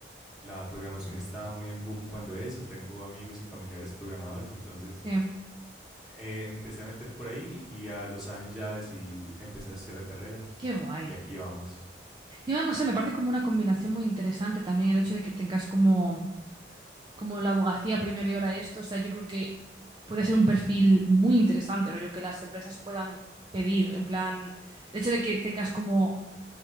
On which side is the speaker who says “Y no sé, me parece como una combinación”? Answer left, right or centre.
Right